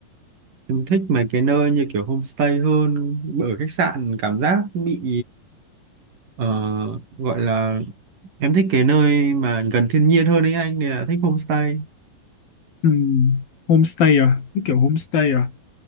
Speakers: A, on the right (about 65°); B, on the left (about 80°).
A: Em thích mấy cái nơi như kiểu homestay hơn ở khách sạn cảm giác bị ờ, gọi là em thích cái nơi mà gần thiên nhiên hơn ấy anh nên là thích homestay
B: Ừ, homestay à? Cái kiểu homestay à?